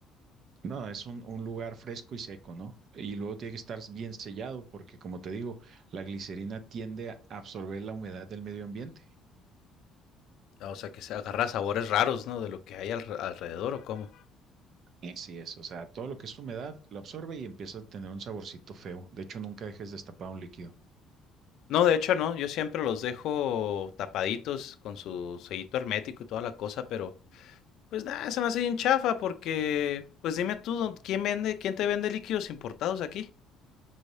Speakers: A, on the right (about 45°); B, on the left (about 55°).
A: No, es un, un lugar fresco y seco, ¿no? Y luego tiene que estar bien sellado porque, como te digo, la glicerina tiende a absorber la humedad del medio ambiente.
B: Ah, O sea, que se agarra sabores raros, ¿no? De lo que hay al- alrededor o cómo.
A: Así es, o sea, todo lo que es humedad lo absorbe y empieza a tener un saborcito feo. De hecho, nunca dejes destapado un líquido.
B: No, de hecho no, yo siempre los dejo tapaditos con su sellito hermético y toda la cosa, pero pues nada, se me hace bien chafa porque, pues dime tú, ¿quién vende, quién te vende líquidos importados aquí?